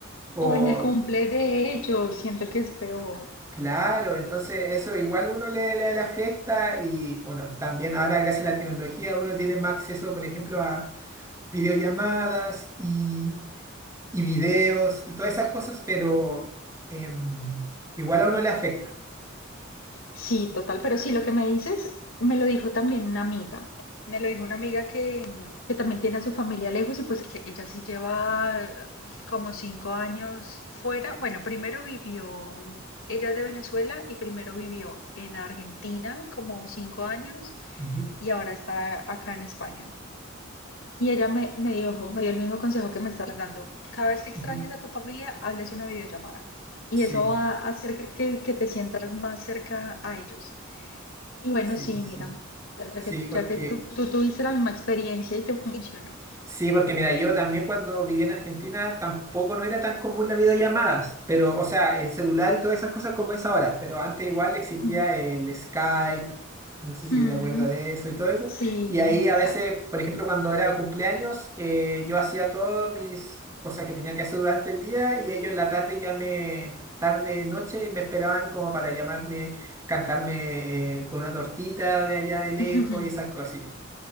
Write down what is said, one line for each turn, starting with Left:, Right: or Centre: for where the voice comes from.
Right: O,
Left: O en el cumple de ellos, siento que es peor.
Right: claro, entonces eso igual uno le, le, le afecta y, bueno, también ahora gracias a la tecnología uno tiene más acceso, por ejemplo, a videollamadas y y videos y todas esas cosas, pero em, igual a uno le afecta.
Left: Sí, total, pero sí, lo que me dices, me lo dijo también una amiga, Me lo dijo una amiga que, que también tiene a su familia lejos y pues que ella sí lleva eh, como cinco años fuera. Bueno, primero vivió, ella es de Venezuela y primero vivió en Argentina como cinco años
Right: Ujú.
Left: y ahora está acá en España. y ella me, me dio, me dio el mismo consejo que me estás dando, cada vez que extraña,
Right: Ujú.
Left: hazles una videollamada. y
Right: Sí,
Left: eso va a hacer que, que- que te sientas más cerca a ellos. Y bueno,
Right: sí,
Left: sí,
Right: sí.
Left: mira, ya ya
Right: Sí,
Left: que,
Right: porque
Left: ya que tú, tú tuviste la misma experiencia y te funcionó.
Right: Sí, porque mira, yo también cuando vivía en Argentina tampoco no era tan común las videollamadas, pero, o sea, el celular y todas esas cosas como es ahora, pero antes igual existía
Left: Ujú.
Right: el Skype, no sé si
Left: Ujú.
Right: te acuerdas de eso y todo eso,
Left: Sí,
Right: y ahí a
Left: exacto.
Right: veces, por ejemplo, cuando era cumpleaños, eh, yo hacía todas mis cosas que tenía que hacer durante el día y ellos en la tarde ya me, tarde, noche, me esperaban como para llamarme, cantarme eh, con una tortita de allá
Left: <laughs>
Right: de lejos
Left: Ujú.
Right: y esas cositas.